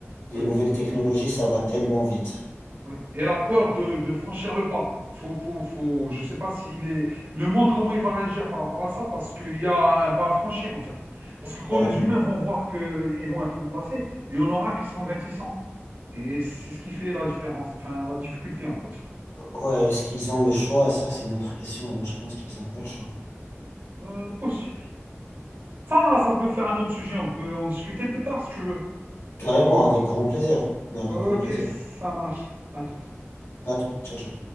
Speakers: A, on the left; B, on the right.
A: des
B: ouais,
A: nouvelles technologies, ça va tellement vite,
B: ouais. Et elle a peur de, de franchir le pas. Faut, faut, faut, je sais pas s'il est... Le monde, comment il va réagir par rapport à ça, parce qu'il y a un pas à franchir, en fait. Parce que quand
A: carrément.
B: les humains vont voir qu'ils vont être remplacés, il y en aura qui seront réticents. Et c'est ce qui fait la différence, enfin, la difficulté, on va dire.
A: Ouais, est-ce qu'ils ont le choix? Ça, c'est une autre question. Moi, je pense qu'ils n'ont pas le choix.
B: Euh, possible. Ça, ça peut faire un autre sujet, on peut en discuter plus tard, si tu veux.
A: Carrément, avec grand plaisir. Mais avec
B: Ok,
A: grand plaisir.
B: ça marche. À tout.
A: À tout, ciao, ciao.